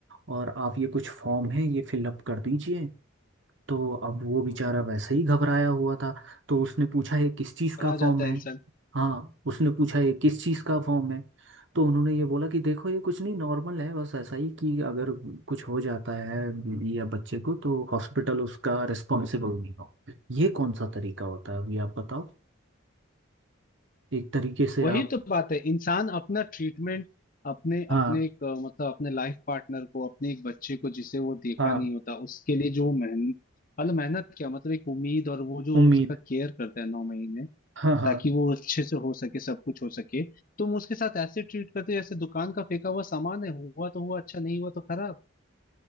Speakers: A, on the right; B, on the left.
A: और आप ये कुछ फॉर्म है ये फिलअप कर दीजिए तो अब वो बेचारा
B: हम्म।
A: वैसे ही घबराया हुआ था तो उसने पूछा ये किस चीज़
B: और
A: का
B: आ
A: फॉर्म
B: जाता
A: है
B: है इंसान
A: हाँ उसने पूछा ये किस चीज़ का फॉर्म है तो उन्होंने ये बोला कि देखो ये कुछ नहीं नॉर्मल है बस ऐसा ही कि अगर कुछ हो जाता है बीवी या बच्चे को तो हॉस्पिटल उसका रिस्पॉन्सिबल नहीं हो ये कौन सा तरीका होता है अभी आप बताओ एक तरीके से
B: वही
A: आप
B: तो बात है इंसान अपना ट्रीटमेंट अपने
A: हाँ
B: अपने एक अ, मतलब अपने लाइफ पार्टनर को अपने एक बच्चे को जिसे वो देखा
A: हाँ
B: नहीं होता उसके लिए जो मेहनत मतलब मेहनत क्या मतलब एक उम्मीद और वो जो
A: उम्मीद
B: उसका केयर करता है नौ महीने
A: हाँ हाँ
B: ताकि वो अच्छे से हो सके सब कुछ हो सके तुम उसके साथ ऐसे ट्रीट करते हो जैसे दुकान का फेंका हुआ सामान है हुआ तो हुआ अच्छा नहीं हुआ तो खराब